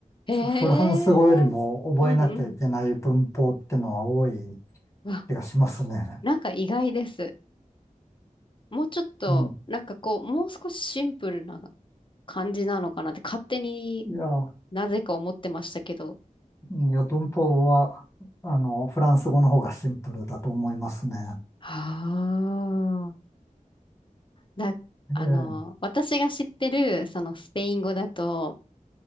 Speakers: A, on the left; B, on the left.
A: ええ
B: フランス語よりも覚えなきゃいけない文法ってのは多い
A: うんうん。わ、
B: 気がしますね。
A: なんか意外です。もうちょっと、
B: うん。
A: なんかこう、もう少しシンプルな感じなのかなって勝手に
B: いや、うん
A: なぜか思ってましたけど。
B: いやんいや文法は、あの、フランス語の方がシンプルだと思いますね。
A: ああ。な、
B: ええ、
A: あの、私が知ってる、そのスペイン語だと、